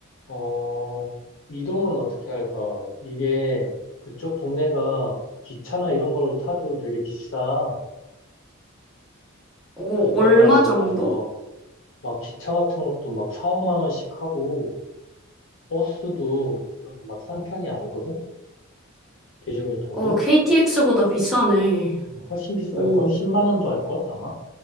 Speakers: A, on the left; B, in the centre.
A: 어, 이동은 어떻게 할까? 이게 그쪽 동네가 기차나 이런 걸 타도 되게 비싸.
B: 오,
A: 물가가
B: 얼마
A: 높아서
B: 정도?
A: 막 기차 같은 것도 막 4, 5만 원씩 하고 버스도 그렇게 막 싼 편이 아니거든? 대중교통도?
B: 어, KTX보다 비싸네.
A: 음, 훨씬 비쌀걸?
B: 오,
A: 10만 원도 할 걸? 아마?